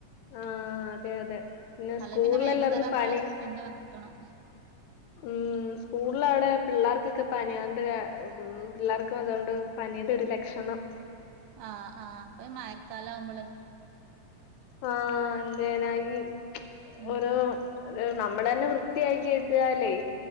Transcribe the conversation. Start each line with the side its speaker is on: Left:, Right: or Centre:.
Left: ആഹ് അതെ അതെ പിന്നെ
Right: അല്ലെങ്കി
Left: സ്കൂളെല്ലാർക്കും
Right: വൈകുന്നേരം നമ്മള്
Left: പനി
Right: പിന്നെ വെക്കണം
Left: ഉം സ്കൂളിൽ അവിടെ പിള്ളേർക്കൊക്കെ പനിയ <unintelligible> ഉം പിള്ളേർക്കും അതൊണ്ട് പനിയുടെ ഒരു ലക്ഷണം
Right: ആഹ് ആഹ് അപ്പൊ ഈ മായക്കാല ആവുമ്പള്
Left: ആഹ് എന്തേനാ ഈ
Right: ഉം
Left: ഓരോ നമ്മളന്നെ വൃത്തിയാക്കിട്ടാലേ